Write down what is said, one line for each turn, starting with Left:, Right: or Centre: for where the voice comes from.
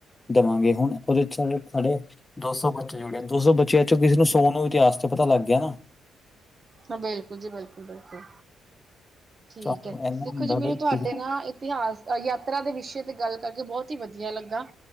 Left: ਦਵਾਂਗੇ ਹੁਣ ਓਦੇ ਚ ਐ ਸਾਡੇ ਦੋ ਸੌ ਬੱਚੇ ਜੁੜੇ ਦੋ ਸੌ ਬੱਚਿਆਂ ਚੋਂ ਕਿਸੇ ਨੂੰ ਸੋ ਨੂੰ ਇਤਿਹਾਸ ਤੇ ਪਤਾ ਲੱਗ ਗਿਆ ਨਾ।
Right: ਹਾਂ ਬਿਲਕੁਲ ਜੀ ਬਿਲਕੁਲ ਬਿਲਕੁਲ ਠੀਕ
Left: ਸਾਨੂੰ
Right: ਐ
Left: ਇੰਨਾ
Right: ਦੇਖੋ
Left: ਹੁੰਦਾ
Right: ਜੀ ਮੈਨੂੰ
Left: ਬਈ ਕਿਸੇ
Right: ਤੁਆਡੇ
Left: ਨੂੰ
Right: ਨਾਲ ਇਤਿਹਾਸ ਯਾਤਰਾ ਦੇ ਵਿਸ਼ੇ ਤੇ ਗੱਲ ਕਰਕੇ ਬੋਤ ਈ ਵਦੀਆ ਲੱਗਾ।